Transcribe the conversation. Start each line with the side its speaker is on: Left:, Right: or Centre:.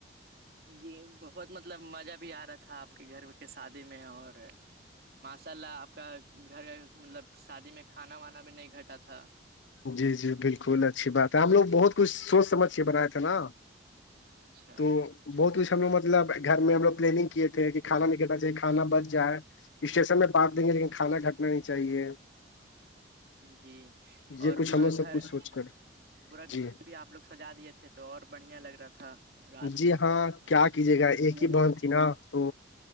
Right: جی بہت مطلب مزہ بھی آ رہا تھا آپ کے گھر کے شادی میں اور ماشاء اللہ آپ کا گھر مطلب شادی میں کھانا وانا بھی نہیں گھٹا تھا
Left: جی جی بالکل اچھی بات ہے ہم لوگ بہت کچھ سوچ سمجھ کے بناائے تھے نا
Right: اچھا
Left: تو بہت کچھ ہم لگ مطلب گھر میں ہم لوگ پلاننگ کیے تھے کہ کھانا نہیں کنا چاہیے کانا بچ جائے اسٹیشن میں بانپ دیں گے لیکن کھانا گھٹنا نہیں چاہیے
Right: جی
Left: یہ
Right: اور
Left: کچھ
Right: پورا
Left: ہم لوگ سب
Right: گھر
Left: کچھ سوچ کر
Right: پورا گھر
Left: جی
Right: بھی آپ لوگ سجا دیے تھے تو اور بڑھیا لگ رہا تھا رات
Left: جی
Right: میں
Left: ہاں کیا کیجے گا ایک
Right: ہ
Left: ہی بہن تھی نا تو